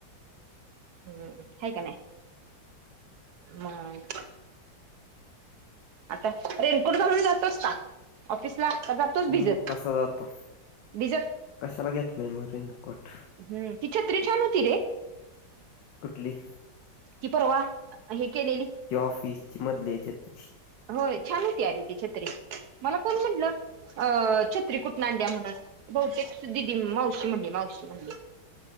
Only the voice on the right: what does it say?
हम्म हाय का नाही. मग आता रेनकोट घालून जातोस का? ऑफिस ला का जातोच भिजत,
भिजत
हम्म ती छत्रे छान होती. रे
की परवा हे केलेली.
होय छान होती आरे ती छत्री मला कोण म्हटलं अ छत्री कुठून आणलीया म्हणून. बहुतेक दिदी मावशी म्हणली मावशी म्हणली.